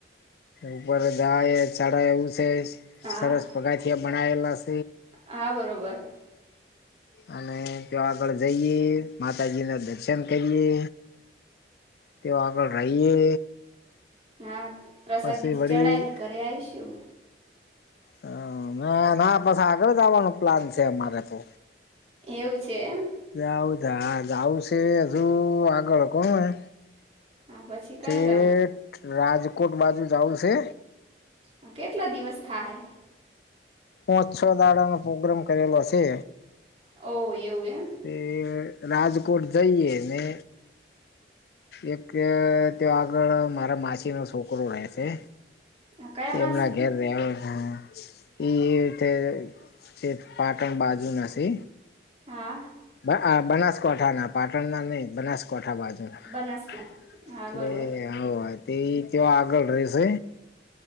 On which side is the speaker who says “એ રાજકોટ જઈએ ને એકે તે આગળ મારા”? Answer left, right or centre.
Left